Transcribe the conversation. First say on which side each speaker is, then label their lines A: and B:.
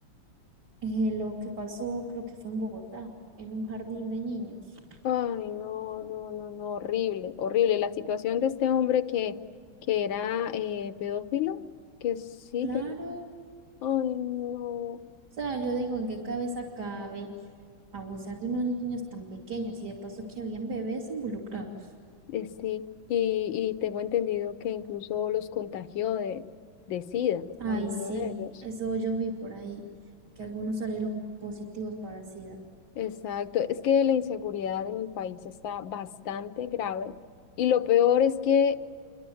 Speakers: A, on the right; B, on the left.
A: eh, lo que pasó, creo que fue en Bogotá, en un jardín de niños.
B: Ay, no, no, no, no, horrible, horrible. La situación de este hombre que, que era eh, pedófilo, que sí,
A: Claro,
B: que...
A: o
B: Ay, no,
A: sea, yo digo, ¿en qué cabeza cabe abusar de unos niños tan pequeños? Y de paso que habían bebés involucrados.
B: eh, sí. Y, y tengo entendido que incluso los contagió de, de SIDA,
A: Ay,
B: alguno
A: sí,
B: de ellos.
A: eso yo vi por ahí, que algunos salieron positivos para SIDA.
B: Exacto, es que la inseguridad en el país está bastante grave y lo peor es que